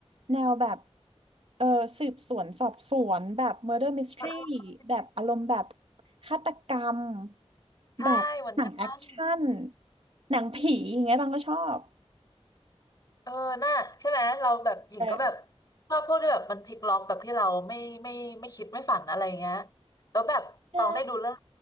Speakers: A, on the right; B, on the left.
A: แนวแบบเออสืบสวนสอบสวนแบบ murder mystery
B: เออเออ
A: แบบอารมณ์แบบฆาตกรรม
B: ใช่เหมือนกัน
A: แบบหนังแอคชั่นหนังผีอย่างเงี้ยตองก็ชอบ
B: เออน่าใช่ไหมเราแบบหญิงก็แบบ
A: เออ
B: ชอบพวกที่แบบมันพลิกล็อกแบบที่เราไม่ไม่ไม่คิดไม่ฝันอะไรเงี้ยแล้วแบบตองได้ดูเรื่อง
A: ใช่